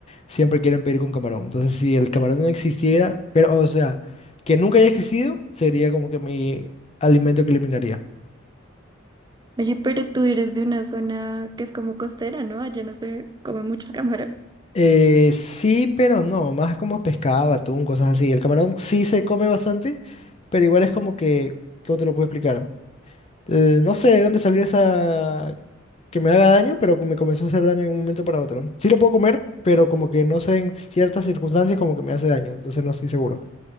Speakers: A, on the left; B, on the right.
A: siempre quieren pedir con camarón. Entonces, si el camarón no existiera, pero, o sea, que nunca haya existido, sería como que mi alimento que eliminaría.
B: Oye, pero tú eres de una zona que es como costera, ¿no? Allá no se come mucho el camarón.
A: Eh, sí, pero no, más como pescado, atún, cosas así. El camarón sí se come bastante, pero igual es como que, ¿cómo te lo puedo explicar? Eh, no sé de dónde salió esa que me haga daño, pero me comenzó a hacer daño de un momento para otro. Sí lo puedo comer, pero como que no sé en ciertas circunstancias como que me hace daño, entonces no estoy seguro.